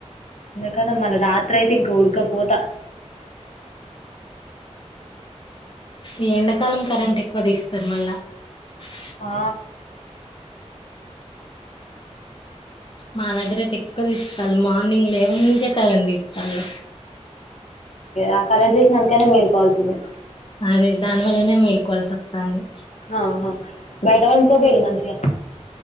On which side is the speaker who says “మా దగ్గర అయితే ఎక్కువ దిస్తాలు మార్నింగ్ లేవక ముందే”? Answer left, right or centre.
Left